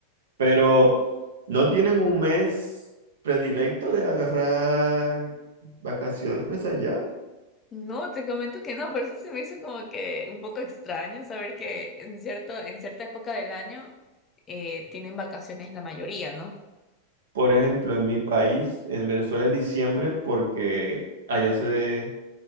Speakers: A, on the right (about 65°); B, on the left (about 25°).
A: Pero no tienen un mes predilecto de agarrar vacaciones allá.
B: No, te comento que no, por eso se me hizo como que un poco extraño saber que en cierto, en cierta época del año eh, tienen vacaciones la mayoría, ¿no?
A: Por ejemplo, en mi país, en Venezuela es diciembre porque allá se,